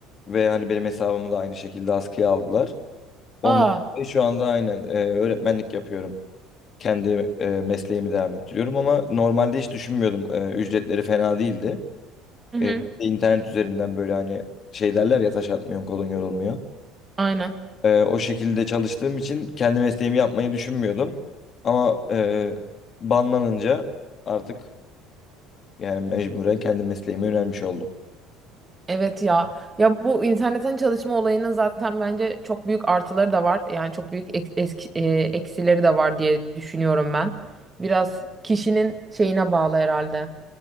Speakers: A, on the left; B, on the right.
A: ve hani benim hesabımı da aynı şekilde askıya aldılar. Ondan
B: Aa,
A: dolayı şu anda aynen e, öğretmenlik yapıyorum. kendi e, mesleğimi devam ettiriyorum ama normalde hiç düşünmüyordum. E, ücretleri fena değildi.
B: Hı hı.
A: E, internet üzerinden böyle hani şey derler ya taş atmıyorsun kolun yorulmuyor.
B: aynen.
A: E, o şekilde çalıştığım için kendi mesleğimi yapmayı düşünmüyordum. Ama e, banlanınca artık yani mecburen kendi mesleğime yönelmiş oldum.
B: Evet ya. Ya bu internetten çalışma olayının zaten bence çok büyük artıları da var. Yani çok büyük ek- eski- e, eksileri de var diye düşünüyorum ben. Biraz kişinin şeyine bağlı herhalde.